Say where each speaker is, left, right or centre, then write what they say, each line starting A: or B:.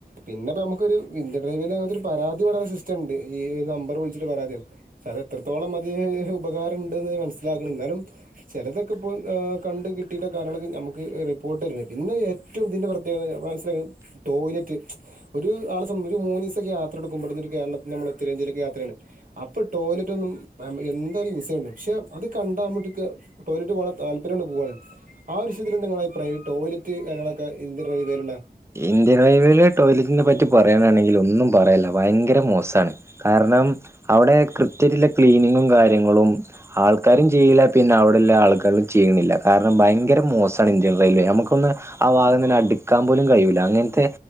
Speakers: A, on the right (about 55°); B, on the right (about 15°).
A: പിന്നെ നമുക്കൊരു ഇന്ത്യൻ റെയിൽവെൽ അങ്ങനൊ ഒരു പരാതി പറയണ സിസ്റ്റം ഉണ്ട് ഈ ഒരു നമ്പർ വിളിച്ചിട്ട് പരാതിയാണ് <unintelligible> എത്രത്തോളം അത് ഉപകാരമുണ്ടെന്ന് മനസ്സിലാക്കണം എന്നാലും ചിലതൊക്കെ ഇപ്പോൾ ആ കണ്ട് കിട്ടിയിട്ട കാര്യങ്ങളൊക്കെ നമുക്ക് റിപ്പോർട്ട് തരുന്നുണ്ട് പിന്നെ ഏറ്റവും ഇതിൻ്റെ പ്രത്യേകത മനസ്സിലാക്ക ടോയ്ലറ്റ് ഒരു ആളെ സംബ ഒരു മൂന്ന് ദിവസ ഇല്ലാ യാത്ര എടുക്കുമ്പോടുന്നൊരു കേരളത്തിൽ നമ്മൾ ഉത്തരേന്ത്യയിലൊക്കെ യാത്രയാണ് അപ്പോൾ ടോയ്ലറ്റ് റ്റുംന്നു എന്തായാലും യൂസ് ചെയ്യണം, പക്ഷെ അത് കണ്ടാ നമ്മക്ക് ടോയ്‌ലറ്റ് പോവാനുള്ള താല്പര്യം അങ്ങട് പോവാണ്, ആ ഒരുവിഷയത്തില് നിങ്ങടെ അഭിപ്രായം ടോയ്ലറ്റ് കാര്യങ്ങളൊക്കെ ഇന്ത്യൻ റെയിൽവേയിലുള്ള
B: ഇന്ത്യൻ റെയിൽവേയിലെ ടോയ്ലറ്റിനെ പറ്റി പറയാനാണെങ്കിൽ ഒന്നും പറയാല്ല ഭയങ്കര മോശമാണ് കാരണം അവിടെ കൃത്യത്തില ക്ലീനിങ്ങും കാര്യങ്ങളും ആൾക്കാരും ചെയ്യില്ല പിന്നെ അവിടെയള്ള ആൾക്കാരും ചെയ്യണില്ല കാരണം ഭയങ്കര മോശമാണ് ഇന്ത്യൻ റെയിൽവേ നമുക്കൊന്ന് ആ ഭാഗം തന്നെ അടുക്കാൻ പോലും കഴിയുല്ല അങ്ങനത്തെ